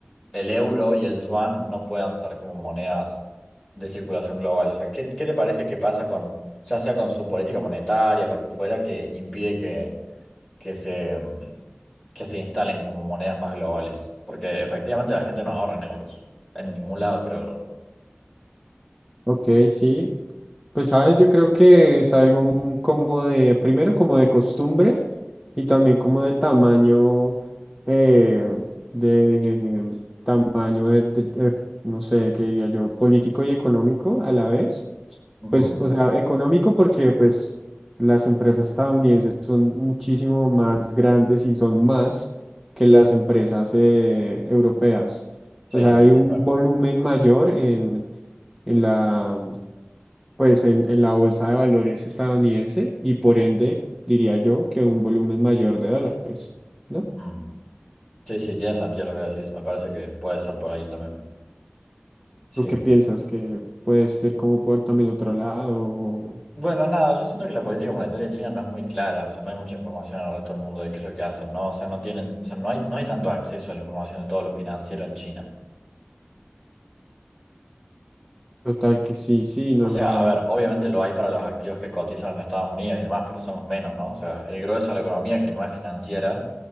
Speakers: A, on the left; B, in the centre.
A: el euro y el yuan no puedan ser como monedas de circulación global. O sea, ¿qué, qué te parece que pasa con, ya sea con su política monetaria o lo que fuera, que impide que, que se, mm, que se instalen como monedas más globales? Porque efectivamente la gente no ahorra en euros, en ningún lado, creo yo.
B: Ok, sí. Pues sabes, yo creo que es algo mm, como de, primero como de costumbre y también como de tamaño, eh, de tamaño de, de- de, no sé, qué diría yo, político y económico a la vez.
A: Ujú.
B: Pues, o sea, económico porque pues las empresas estadounidenses son muchísimo más grandes y son más que las empresas eh, europeas.
A: Sí,
B: O sea, hay un
A: tal
B: volumen mayor en en la pues en, en la bolsa de valores estadounidense y por ende diría yo que un volumen mayor de dólares, ¿no?
A: Mm. Sí, sí, tiene sentido lo que decís. Me parece que puede ser por ahí también. Sí.
B: ¿Tú qué piensas que puede ser como por también otro lado o
A: Bueno, nada, yo siento que la política monetaria china no es muy clara, o sea, no hay mucha información al resto del mundo de qué es lo que hacen, ¿no? O sea, no tienen, o sea, no hay, no hay tanto acceso a la información de todo lo financiero en China.
B: total que sí, sí, no
A: O sea,
B: lo hay?
A: a ver, obviamente lo hay para los activos que cotizan en Estados Unidos y demás, pero son los menos, ¿no? O sea, el grueso de la economía que no es financiera,